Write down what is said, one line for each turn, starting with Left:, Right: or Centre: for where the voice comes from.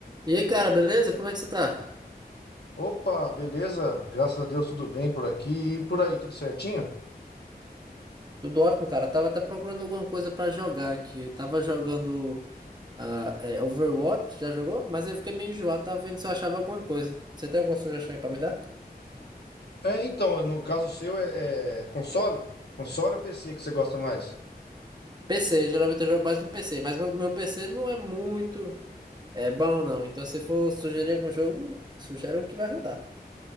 Right: E aí, cara, beleza? Como é que você tá?
Left: Opa, beleza? Graças a Deus tudo bem por aqui e por aí, tudo certinho?
Right: Tudo ótimo, cara. Tava até procurando alguma coisa pra jogar aqui. Eu tava jogando ah, é, Overwatch, já jogou? Mas eu fiquei meio enjoado, tava vendo se eu achava alguma coisa. Você tem alguma sugestão aí pra me dar?
Left: É, então, no caso seu é, é console? Console ou PC que você gosta mais?
Right: PC, geralmente eu jogo mais no PC, mas meu, meu PC não é muito é, bom, não. Então, se for sugerir algum jogo, sugere o que vai rodar.